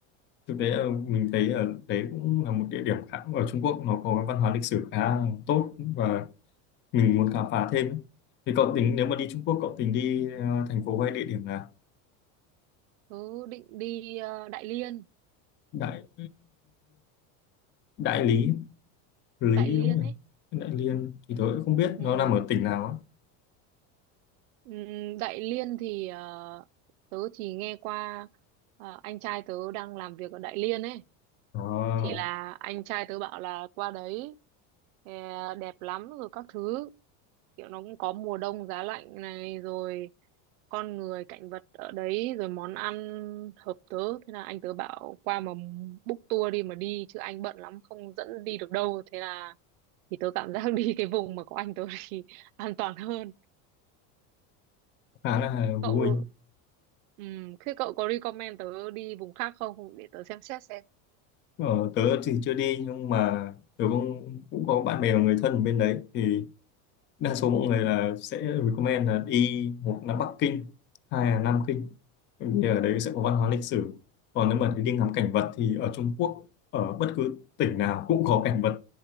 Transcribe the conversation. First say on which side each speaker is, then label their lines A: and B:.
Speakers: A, on the left; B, on the right.
A: thực tế là mình thấy ở đấy cũng là một địa điểm khá ở Trung Quốc nó có văn hóa lịch sử khá tốt và mình muốn khám phá thêm thì cậu tính nếu mà đi Trung Quốc cậu tính đi ờ, thành phố hay địa điểm là
B: tớ định đi ờ, Đại Liên
A: Đại Đại Lý Lý
B: Đại Liên
A: đúng không nhỉ?
B: ấy
A: Đại Liên thì tớ cũng không biết
B: ừ.
A: nó nằm ở tỉnh nào á
B: Ừm, Đại Liên thì ờ, tớ chỉ nghe qua ờ, anh trai tớ đang làm việc ở Đại Liên ấy
A: đó
B: thì Ừ. là anh trai tớ bảo là qua đấy ờ, đẹp lắm rồi các thứ kiểu nó cũng có mùa đông giá lạnh này rồi con người cảnh vật ở đấy rồi món ăn hợp tớ thế là anh tớ bảo qua mà book tour đi mà đi chứ anh bận lắm không dẫn đi được đâu thế là thì tớ cảm giác <laughs> đi cái vùng mà có anh tớ thì an toàn hơn
A: khá là vui
B: cậu ừm, thế cậu có recommend tớ đi vùng khác không để tớ xem xét xem
A: ờ, tớ thì chưa đi nhưng mà tớ cũng cũng có bạn bè và người thân ở bên đấy thì đa số mọi người là sẽ recommend là đi một là Bắc Kinh hai là Nam Kinh Bởi vì ở đấy sẽ có văn hóa lịch sử còn nếu mà đi ngắm cảnh vật thì ở Trung Quốc ở bất cứ tỉnh nào cũng có cảnh vật